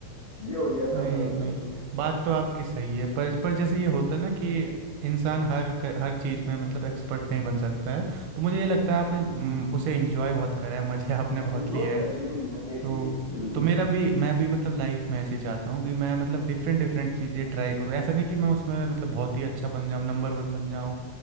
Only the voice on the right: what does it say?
नहीं
नहीं
बात तो आपकी सही है पर पर जैसे ये होता है ना कि इंसान हर क- हर चीज़ में मतलब एक्सपर्ट नहीं बन सकता है तो मुझे ये लगता है आपने हम्म, उसे एंजॉय बहुत करा है मज़े आपने
बहुत
लिए
हैं
तो
तो मेरा भी मैं भी मतलब लाइफ में ऐसे ही चाहता हूँ कि मैं मतलब डिफरेंट डिफरेंट चीज़ें ट्राई करूँ ऐसा नहीं कि मैं उसमें मतलब बहुत ही अच्छा बन जाऊँ नंबर वन बन जाऊँ